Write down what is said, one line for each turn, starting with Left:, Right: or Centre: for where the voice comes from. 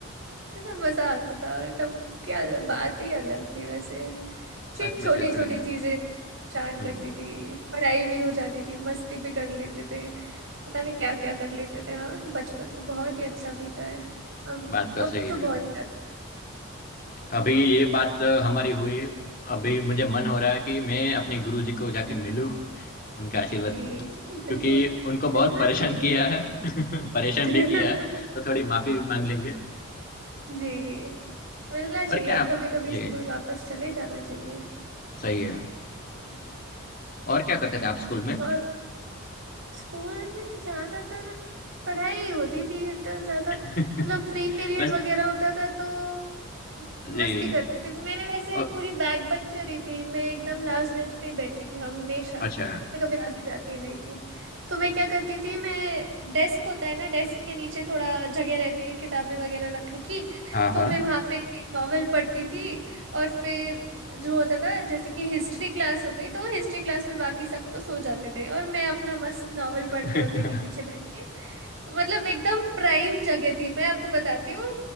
Right: इतना मजा आता था तब क्या बात ही अलग थी वैसे छोटी
Left: सच में सच
Right: छोटी
Left: में
Right: चीजें परेशान
Left: हम्म
Right: करती थी पढ़ाई भी हो जाती थी मस्ती भी कर लेते थे पता नहीं क्या क्या कर लेते थे यार बचपन तो बहुत ही अच्छा बीता है अब
Left: बात तो
Right: अब
Left: सही
Right: तो बहुत
Left: है
Right: ज्यादा
Left: अभी ये बात अ, हमारी हुई अभी मुझे मन हो रहा है कि मैं अपने गुरु जी को जाके मिलूं उनका आशीर्वाद
Right: जी
Left: लूं
Right: जी
Left: क्योंकि
Right: बिल्कुल
Left: उनको बहुत
Right: मिलना
Left: परेशान
Right: चाहिए
Left: किया है <laughs> परेशान
Right: <laughs>
Left: भी किया है तो थोड़ी माफी भी मांग लेंगे
Right: जी मिलना चाहिए
Left: और क्या आप
Right: कभी कभी
Left: जी
Right: स्कूल वापस चले जाना चाहिए
Left: सही है
Right: जी।
Left: और क्या करते थे आप स्कूल में
Right: और स्कूल में ज्यादातर पढ़ाई ही होती थी इतना ज्यादा
Left: <laughs>
Right: मतलब फ्री पीरियड
Left: बस
Right: वगैरह होता था तो
Left: जी
Right: मस्ती करती थी मैं वैसे
Left: ओ,
Right: पूरी बैक बेंचर ही थी मैं एकदम लास्ट बेंच पे ही बैठती थी हमेशा
Left: अच्छा
Right: मैं कभी आगे जाती ही नहीं थी तो मैं क्या करती थी मैं डेस्क होता है ना डेस्क के नीचे थोड़ा जगह रहती है किताबें वगैरह रखने की
Left: हाँ
Right: तो
Left: हाँ
Right: मैं वहाँ पे नॉवेल पढ़ती थी और फिर जो होता था जैसे कि हिस्ट्री क्लास हो गई तो हिस्ट्री क्लास में बाकी सब तो सो जाते थे और मैं अपना मस्त नॉवल पढ़
Left: <laughs>
Right: रही होती थी पीछे बैठ के मतलब एकदम प्राइम जगह थी मैं आपको बताती हूँ